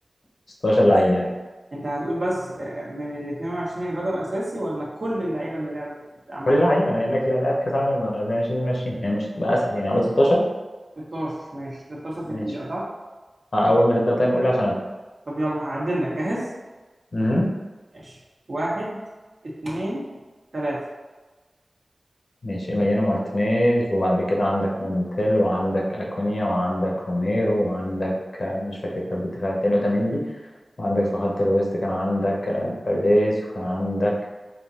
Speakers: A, on the left; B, on the right.
A: 16 لعيب يعني
B: انت هتقول بس آه، من ال 22 اللي بدأوا اساسي ولا كل اللعيبة اللي لعبت عامة
A: كل لعيب انا قايل لك لا لاعب كاس عالم 2022 يعني مش هتبقى اسهل يعني قلت 16
B: 16 ماشي 16 في
A: ماشي
B: دقيقة صح؟
A: آه، اول ما تبدا طيب قول لي عشان ابدا
B: طب يلا هعدل لك جاهز؟
A: امم
B: ماشي واحد اتنين تلاتة
A: ماشي إيميليانو مارتينيز وبعد كده عندك مونتيل وعندك أكونيا وعندك روميرو وعندك آه، مش فاكر قلب الدفاع التاني أوتاميندي وعندك في خط الوسط كان عندك آه، بيريز وكان عندك